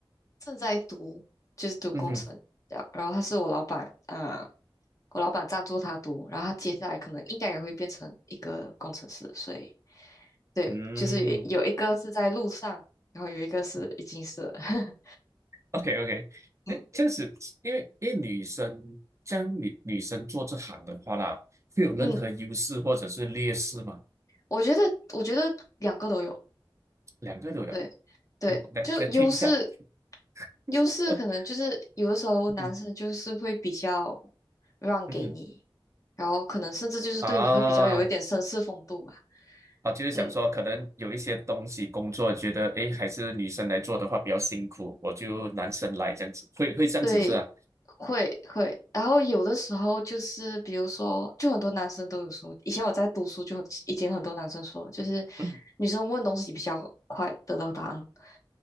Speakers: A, on the left; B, on the right.
A: 正在读，就是读工程，
B: <laughs> 嗯哼
A: 然然后他是我老板啊、我老板赞助他读，然后他接下来可能应该也会变成一个工程师，所以对，
B: 嗯。
A: 就是有有一个是在路上，然后有一个是已经是了 <laughs>
B: OK OK，
A: 嗯
B: 哎，这样子，因为因为女生，这样女女生做这行的话啦，会有任何优势或者是劣势吗？
A: 嗯，我觉得我觉得两个都有，
B: 两个都有。
A: 对对，
B: 嗯来来听一下，
A: 就优势
B: <laughs>
A: 优势可能就是有的时候男生就是会比较
B: 嗯
A: 让给你，
B: 嗯哼
A: 然后可能甚至就是对你会比较有一点绅士风度嘛。
B: 啊啊，就是想说，
A: 嗯，
B: 可能有一些东西工作，觉得哎诶还是女生来做的话比较辛苦，我就男生来这样子，会会这样子是吧？
A: 对，会会。然后有的时候就是比如说，就很多男生都有说，以前我在读书就很已经很多男生说，就是
B: <laughs> 嗯
A: 女生问东西比较快得到答案。<laughs>